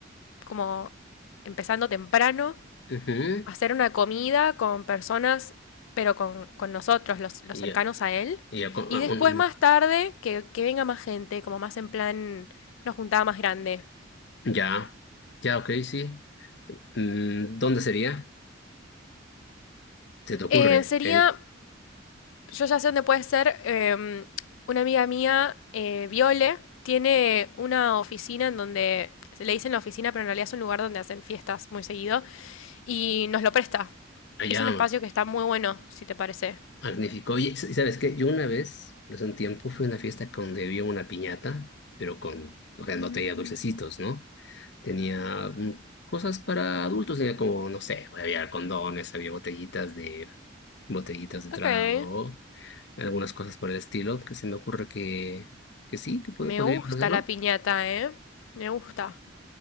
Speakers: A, on the left (about 80°); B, on the left (about 60°).
A: como empezando temprano.
B: Ujú,
A: hacer una comida con personas, pero con, con nosotros, los, los
B: Ya,
A: cercanos a él.
B: ya, co-
A: Y
B: ah,
A: después
B: un-
A: más tarde, que, que venga más gente, como más en plan, una juntada más grande.
B: ya, ya, ok, sí. Mm, ¿dónde sería? ¿Se te ocurre?
A: Eh, sería,
B: El,
A: yo ya sé dónde puede ser, em, una amiga mía, eh, Viole, tiene una oficina en donde, le dicen la oficina, pero en realidad es un lugar donde hacen fiestas muy seguido, y nos lo presta.
B: allá,
A: Es un espacio que está muy bueno, si te parece.
B: magnífico. Oye, s- ¿sabes qué? Yo una vez, hace un tiempo, fui a una fiesta donde había una piñata, pero con, o sea,
A: Mm,
B: no tenía dulcecitos, ¿no? Tenía mm, cosas para adultos, tenía como, no sé, había condones, había botellitas de, botellitas de
A: ok.
B: trago, algunas cosas por el estilo, que se me ocurre que, que sí, que pod-
A: Me
B: podríamos
A: gusta
B: hacerlo.
A: la piñata, ¿eh? Me gusta.